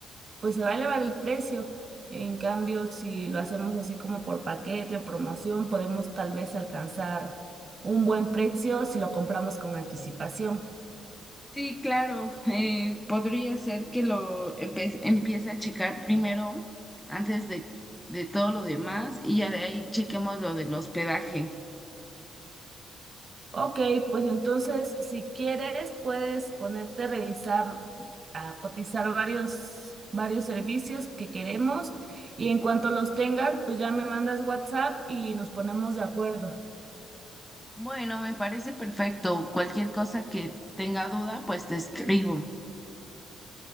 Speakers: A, on the right; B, in the centre.
A: pues se va a elevar el precio. En cambio, si lo hacemos así como por paquete o promoción, podemos tal vez alcanzar un buen precio si lo compramos con anticipación.
B: Sí, claro, eh, podría ser que lo empe- empiece a checar primero antes de, de todo lo demás y ya de ahí chequemos lo del hospedaje.
A: Ok, pues entonces, si quieres, puedes ponerte a revisar, a cotizar varios, varios servicios que queremos y en cuanto los tengas, pues ya me mandas WhatsApp y nos ponemos de acuerdo.
B: Bueno, me parece perfecto. Cualquier cosa que tenga duda, pues te escribo.